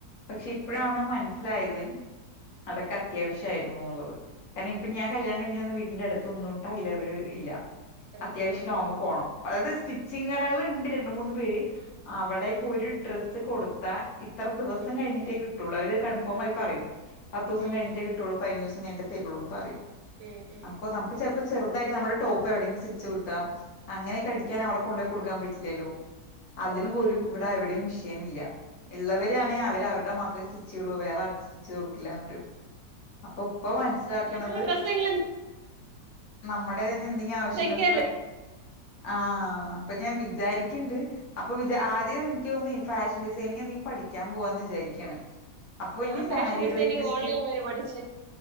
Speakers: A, on the left; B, on the right.
A: പക്ഷെ ഇപ്പഴാണ്
B: ആഹ്
A: മനസ്സിലായത്
B: <unintelligible>
A: അതൊക്കെ അത്യാവശ്യയിരുന്നു എന്നുള്ളത് കാരണം ഇപ്പൊ ഞാൻ കല്യാൻ കഴിഞ്ഞ വീട്ടിന്റെ അടുത്തൊന്നും ടൈലറുക ഇല്ല
B: ആഹ്
A: അത്യാവശ്യം
B: ആഹ്
A: ലോങ്ങ്
B: ആഹ്
A: പോണം അതായത് സ്റ്റിച്ചിങ്ങ് കടകൾ ഉണ്ട് രണ്ട് മൂന്ന് പേര് അവിടക്ക
B: ഉം
A: ഒരു ഡ്രസ്സ് കൊടുത്ത ഇത്ര ദിവസം
B: ഉം
A: കഴിഞ്ഞിട്ടേ കിട്ടുള്ളൂ അവര് കൺഫേം ആയി പറയും പത്ത് ദിവസം
B: ഉം
A: കഴിഞ്ഞേ
B: ഉം
A: കിട്ടുള്ളൂ പതിനേഴ് ദിവസം കഴിഞ് തരുള്ളൂ പറയും
B: ഉം ഉം
A: അപ്പൊ നമ്ക്ക് ചെറുതായിട്ട് നമ്മളെ ടോപ്പെവിടെയും സ്റ്റി ച്ചുട്ടാം അങ്ങനെക്കടിക്കാൻ അവർക്ക് കൊണ്ടയ്കൊടുക്കാൻ പറ്റില്ലല്ലോ അതിനു
B: ഓഹ്
A: പോലും ഇവിടെ എവിടെയും മിഷീൻ ഇല്ല ഉള്ളവരാ ണെങ്കിൽ അവര് അവരുടെ മക്കക് സ്റ്റിച്ചള്ളൂ വേറെ ആർക്കും സ്റ്റിച്ച്ചെയ്തു കൊടുക്കില്ലന്ന് പറയും അപ്പൊ ഇപ്പൊ മനസ്സിലാക്കണത്
B: സ്വന്തമായിട്ടുള്ള ഡ്രസ്സെങ്കിലും
A: നമ്മടെ നിന്തെങ്കും ആവശ്യങ്ങൾ
B: തയ്ക്കാല്ലോ
A: ആഹ അപ്പൊ ഞാൻ വിചാരിക്ക്ണ്ട് അപ്പൊച ആദ്യം
B: ഉം
A: എനിക്ക് തോന്നി - ഫാഷൻ ഡിസൈനിങ് എന്തങ്കിലും പഠിക്കാൻ പോവാ എന്ന് വിചാരിക്കണ് അപ്പൊ
B: ഞാൻ
A: എനിക്ക്
B: ഫാഷൻ
A: സാരി
B: ഡിസൈനിങ്
A: ട്രീപ്പിസ്റ്റ്
B: ഓൺലൈൻ വഴി പഠിച്ച്